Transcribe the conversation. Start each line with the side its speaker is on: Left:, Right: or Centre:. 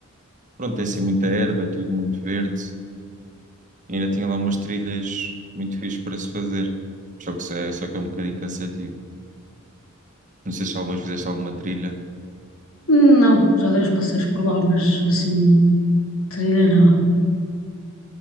Right: Pronto, tem assim muita erva, é tudo muito verde. E ainda tinha lá umas trilhas muito fixes para se fazer. Só que, se- é, só que é um bocadinho cansativo. Não sei se alguma vez fizeste alguma trilha.
Left: Não, já dei uns passeios por lá, mas assim, trilha não.